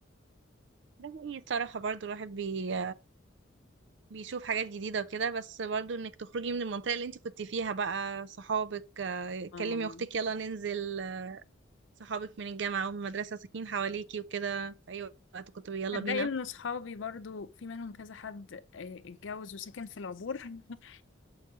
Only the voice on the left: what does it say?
اه
هتلاقي
إن صحابي برضو في منهم كذا حد آه، اتجوز وسكن في العبور <laughs>